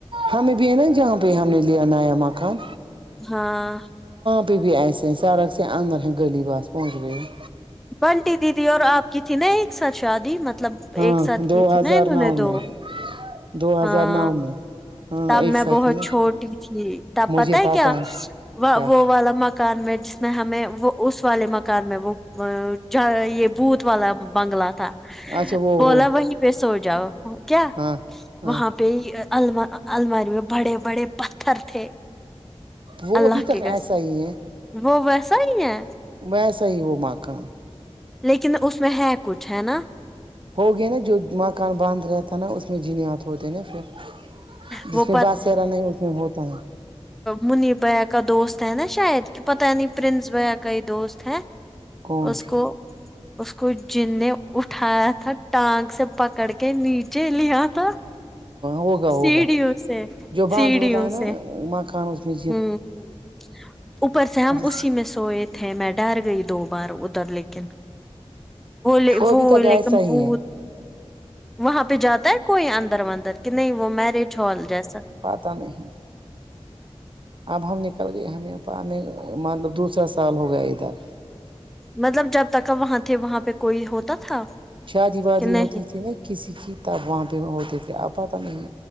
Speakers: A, on the right; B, in the centre.
A: ہمیں بھی ہے نا جہاں پہ ہم نے لیا نیا مکان
B: ہاں
A: تو بھی ایسے سڑک سے اندر ہیں گلی بس پہنچ گئے ہیں
B: بنٹی دیدی اور آپ کی تھی نا ایک ساتھ شادی مط لب
A: ہاں
B: ایک ساتھ
A: دو
B: کی تھی
A: ہزار
B: نا انہوں
A: نو
B: نے دو
A: میں دو ہزار
B: ہاں
A: نو میں ہاں
B: تب
A: ایک
B: میں
A: ساتھ
B: بہت
A: ہی
B: چھوٹی تھی تب
A: مجھے
B: پتہ ہے
A: پاتا
B: کیا وا
A: کیا
B: وہ والا م کان میں جس میں ہمیں وہ اس والے مکان میں وہ ہ ج یہ بھوت والا بنگلہ تھا
A: اچھا وہ
B: بولا
A: وہ
B: وہیں پہ سو جاؤ کیا
A: ہاں ہاں
B: وہاں پہ الما الماری میں بڑے بڑے پتھر تھے
A: وہ
B: اللہ
A: ابھی تک
B: کے قسم
A: ایسا ہی ہے
B: وہ ویسا ہی ہے
A: ویسا ہی وہ مکان
B: لیکن اس میں ہے کچھ ہے نا
A: ہو گیا نا جو مکان بند رہتا نا اس میں جنات ہوتے نا پھر جس
B: وہ
A: میں بسیرا نہیں اس میں ہوتا ہے
B: منیب بھیا کا دوست ہے نا شاہد کہ پتہ نہیں پرنس بھیا کا ہی دوست ہے
A: کون
B: اس کو اس کو جن نے اٹھایا تھا ٹانگ سے پکڑ کے نیچے لیا تھا
A: ہوگا
B: سیڑیوں
A: ہوگا
B: سے
A: جو باندھ
B: سیڑیوں
A: ہوتا ہے نا
B: سے
A: مکان اس کی
B: ہ ہ اوپر سے
A: ہیں
B: ہم اسی میں سوئے تھے میں ڈر گئی دو بار ار لیکن وہ لے
A: ابھی
B: وہ
A: تک
B: لیکن
A: ایسا
B: پت
A: ہی ہے
B: وہاں پہ جاتا ہے کوئی اندر وندر کہ نہیں وہ میرج ہال جیسا
A: پتہ نہیں اب ہم نکل گئے ہمیں پورنے مطلب دوسرا سال ہو گیا ادھر
B: مطلب جب تک وہاں تھے وہاں پہ کوئی ہوتا تھا
A: شادی وادی
B: کہ نہیں
A: ہوتی تھی نا کسی کی تب وہاں پہ ہوتے تھے اب پتہ نہیں